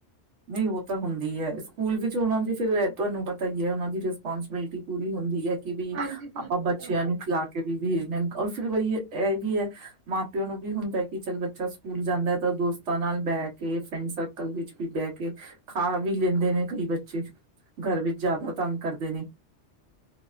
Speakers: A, on the right; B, on the right.
A: ਨਹੀਂ, ਉਹ ਤਾਂ ਹੁੰਦੀ ਹੈ। ਸਕੂਲ ਵਿੱਚ ਉਹਨਾਂ ਦੀ ਫਿਰ ਤੁਹਾਨੂੰ ਪਤਾ ਹੀ ਹੈ ਉਹਨਾਂ ਦੀ ਰਿਸਪੋਂਸੀਬਿਲਿਟੀ ਪੂਰੀ ਹੁੰਦੀ ਹੈ। ਕਿ ਵੀ
B: ਹਾਂਜੀ ਬਿਲਕੁਲ
A: ਆਪਾਂ ਬੱਚਿਆਂ
B: ਬਿਲਕੁਲ
A: ਨੂੰ ਖਿਲਾ ਕੇ ਵੀ ਵੇਜ ਲ ਔਰ ਫਿਰ ਵਹੀ ਇਹ ਵੀ ਹੈ। ਮਾਂ -ਪਿਓ ਨੂੰ ਵੀ ਹੁੰਦਾ ਕਿ ਚੱਲ ਬੱਚਾ ਸਕੂਲ ਜਾਂਦਾ ਹੈ ਤਾਂ ਦੋਸਤਾਂ ਨਾਲ ਬਹਿ ਕੇ ਫਰੈਂਡ ਸਰਕਲ ਵਿੱਚ ਵੀ ਬਹਿ ਕੇ ਕੇ ਖਾ ਵੀ ਲੈਂਦੇ ਨੇ ਕਈ ਬੱਚੇ, ਘਰ ਵਿੱਚ ਜ਼ਿਆਦਾ ਤੰਗ ਕਰਦੇ ਨੇ।